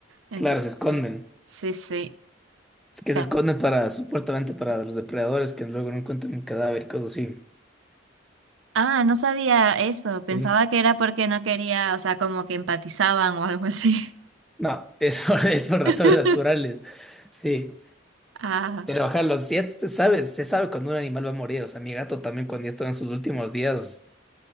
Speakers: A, on the right; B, in the centre.
A: Entonces,
B: Claro, se esconden.
A: sí, sí.
B: Es que
A: Pero-
B: se esconden para, supuestamente para los depredadores que luego no encuentran el cadáver, cosas así.
A: Ah, no sabía eso. Pensaba
B: Sí.
A: que era porque no quería, o sea, como que empatizaban o algo así.
B: No, es por, <laughs> es por razones
A: <laughs>
B: naturales. Sí.
A: Ah,
B: Pero ojalá, los si ya siete, sabes, se sabe cuando un animal va a morir. O sea, mi gato también cuando ya estaba en sus últimos días,